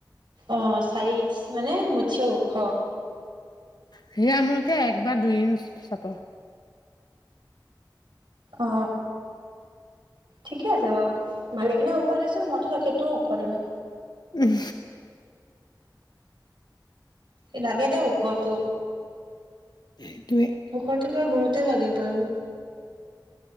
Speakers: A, on the right; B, on the left.
A: আহ চাৰি ইঞ্চ মানে মুথছে ওখ
B: সে আ মোলকে এক বা দুই ইঞ্চ চাব
A: অ ঠিকে আছে বাৰু ভালে খিনি ওখ দে চুন মই সেইটো ওখ নহয়
B: উম
A: এ লাগে দেই ওখতো
B: সেইটোৱে।
A: ওখটো বাৰু বহুত লাগে বাৰু